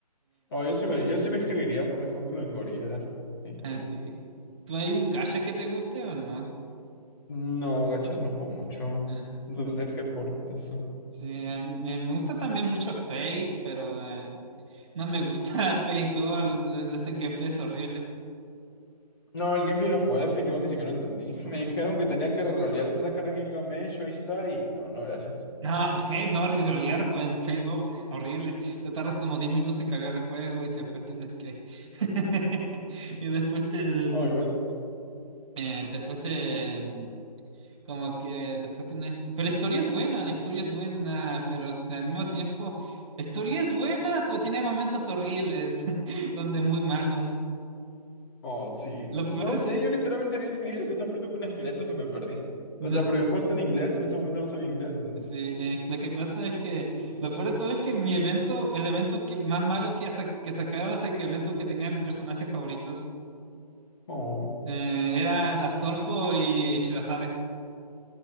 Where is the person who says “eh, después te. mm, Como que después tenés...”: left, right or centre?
Right